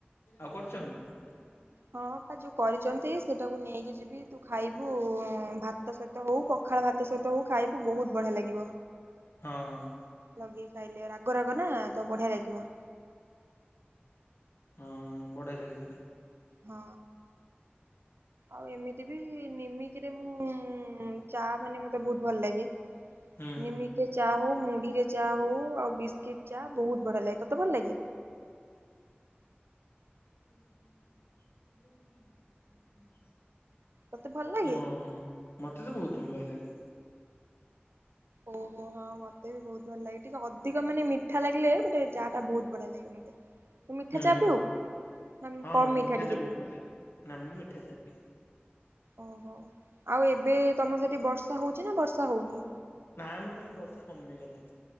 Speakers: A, on the left (about 80°); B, on the right (about 75°).
A: ଆଉ କରିଚନ୍ତି ନା।
B: ହଁ ପା ଯୋଉ କରିଚନ୍ତି ସେଟାକୁ ନେଇକି ଯିବି ତୁ ଖାଇବୁ ଉଁ ଭା ତ ସହିତ ହୋଉ ପଖାଳ ଭାତ ସହିତ ହୋଉ ଖାଇବୁ ବୋହୁତ ବଢିଆ ଲାଗିବ।
A: ହଁ।
B: ଲଗେଇ ଖାଇଲେ ରାଗ ରାଗ ନା ତ ବଢିଆ ଲାଗିବ।
A: ହଁ ବଢିଆ ଲାଗେ ସେଟା।
B: ହଁ। ଆଉ ଏମିତି ବି ନିମିକିରେ ମୁଁ ଚା ମାନେ ମତେ ବୋହୁତ ଭଲ ଲାଗେ।
A: ହୁଁ
B: ନିମିକିରେ ଚା ହୋଉ ମୁଢିରେ ଚା ହୋଉ ଆଉ ବିସ୍କିଟ ଚା ବୋହୁତ ବଢିଆ ଲାଗେ ତତେ ଭଲ ଲାଗେ।
A: <unintelligible>
B: ତତେ ଭଲ ଲାଗେ।
A: ଓହୋ ମତେ ତ ବୋହୁତ ବି ଭଲ ଲାଗେ।
B: ଓହୋ ହଁ ମତେ ବି ବୋହୁତ ଭଲ ଲାଗେ ଟିକେ ଅଧିକ ମାନେ ମିଠା ଲାଗିଲେ ମାନେ ଚାହା ଟା ବୋହୁତ ବଢିଆ ଲାଗେ। ମତେ ତୁ ମିଠା
A: ହୁଁ
B: ଚା ପିଉ ନା
A: ହଁ
B: କମ୍
A: ମତେ
B: ମିଠା ଟିକେ
A: ଚା ବହୁତ
B: ପିଉ।
A: ଭଲ ଲାଗେ ନା ମୁଁ ମିଠା ଚାହା ପିଏ।
B: ଓହୋ ଆଉ ଏବେ ତମ ସେଠି ବର୍ଷା ହୋଉଚି ନା ବର୍ଷା ହୋଉନି।
A: ନା ଆମର କାଇଁ ବର୍ଷା କମି ଗଲେ।